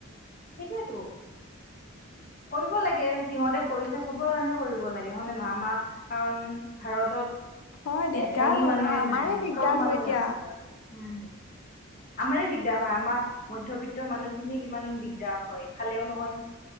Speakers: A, on the left (about 40°); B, on the left (about 75°).
A: সেইটোয়েটো কৰিব লাগে। সিহঁতে কৰিছে চবৰ কাৰণে কৰিব লাগে। হয়নে নহয়? আমাৰ কাৰণ ভাৰতত।
B: হয় দিগদাৰ
A: এ ধনী
B: হয়।
A: মানুহে
B: অ', আমাৰে
A: নাই
B: দিগদাৰ
A: চব মানুহ
B: হয় এতিয়া।
A: আছে উম। আমাৰে দিগদাৰ হয়। আমাৰ মধ্যবিত্তৰ মানুহখিনি কিমান দিগদাৰ হয়। ইফালেও নহয় সি